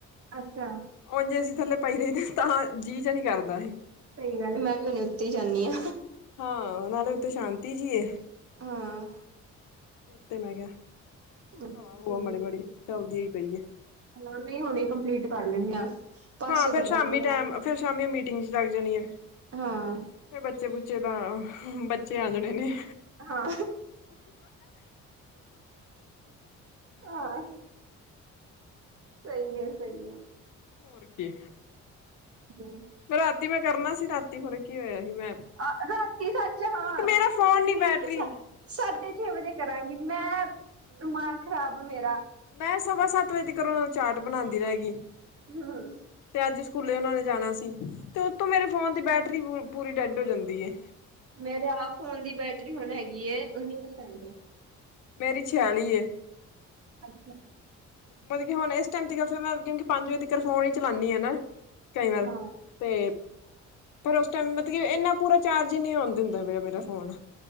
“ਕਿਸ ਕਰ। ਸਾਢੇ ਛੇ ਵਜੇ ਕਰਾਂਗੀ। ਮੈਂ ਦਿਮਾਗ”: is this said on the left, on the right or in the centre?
Right